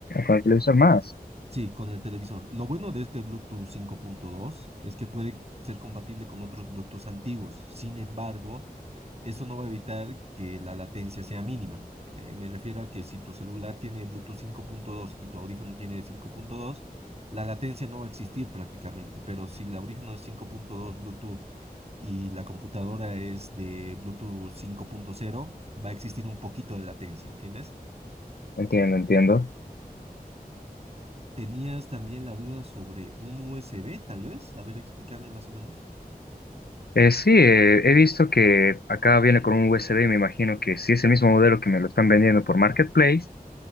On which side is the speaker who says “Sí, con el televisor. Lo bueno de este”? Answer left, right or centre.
Right